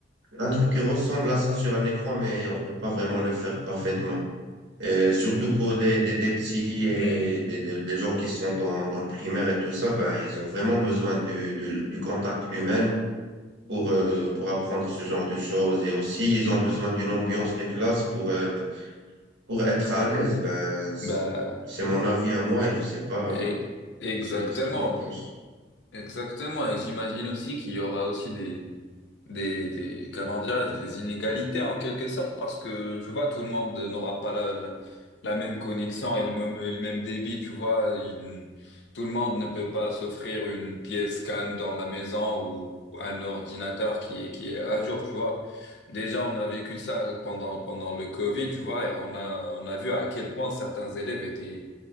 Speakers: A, on the right; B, on the left.
A: un truc qui ressemble à ça sur un écran, mais on peut pas vraiment le faire parfaitement. Et surtout pour les, des, des petits
B: Mhm.
A: et des, des- des gens qui sont dans, dans le primaire et tout ça, ben, ils ont vraiment besoin du, de- du contact humain pour, euh, pour apprendre ce genre de choses. Et aussi, ils ont besoin d'une ambiance de classe pour, euh, pour être à l'aise. Ben, c'est
B: Bah,
A: c'est mon avis à moi et je sais pas,
B: et, exactement.
A: je sais pas ce que tu en penses.
B: Exactement, et j'imagine aussi qu'il y aura aussi des, des, des- comment dirais-je, des inégalités en quelque sorte, parce que tu vois, tout le monde n'aura pas la, la, la même connexion et le même, et le même débit, tu vois, Il- tout le monde ne peut pas s'offrir une pièce calme dans la maison ou un ordinateur qui est, qui est à jour, tu vois. Déjà, on a vécu ça pendant, pendant le Covid, tu vois, et on a, on a vu à quel point certains élèves étaient